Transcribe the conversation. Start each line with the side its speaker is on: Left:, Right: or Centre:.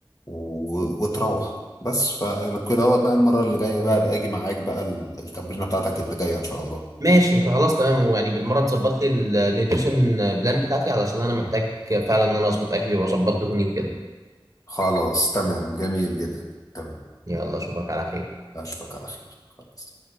Left: و- وتروح بس فكده هو بقى المره اللي جايه بقى باجي معاك بقى ال- التمرينه بتاعتك اللي جايه ان شاء الله
Right: ماشي خلاص تمام ويعني بالمره تظبط لي النيوتريشن بلان بتاعتي علشان انا محتاج فعلا ان انا اظبط اكلي واظبط دهوني وكده
Left: خلاص تمام جميل جدا تمام
Right: يلا اشوفك على خير
Left: اشوفك على خير خلاص